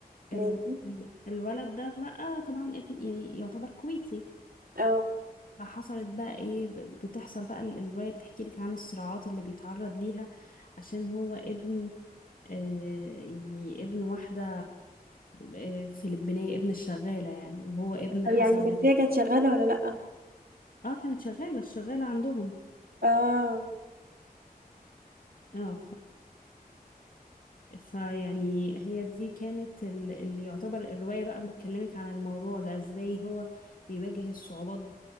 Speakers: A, on the right (about 75°); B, on the left (about 65°).
A: ماشي
B: ال- ال- الولد ده بقى طبعا ابن- يعني يعتبر كويتي
A: اه
B: فحصلت بقى ايه ب- بتحصل بقى ال- الرواية بتحكي لك عن الصراعات اللي بيتعرض ليها عشان هو ابن آه يعني ابن واحدة آه، فلبينية ابن الشغالة يعني وهو ابن
A: طب
B: حسب
A: يعني بس
B: ورثة.
A: هي كانت شغالة ولا لأ
B: اه كانت شغالة الشغالة عندهم
A: اه
B: اه فيعني هي دي كانت ال- اللي يعتبر الرواية بقى بتكلمك عن الموضوع ده ازاي هو بيواجه الصعوبات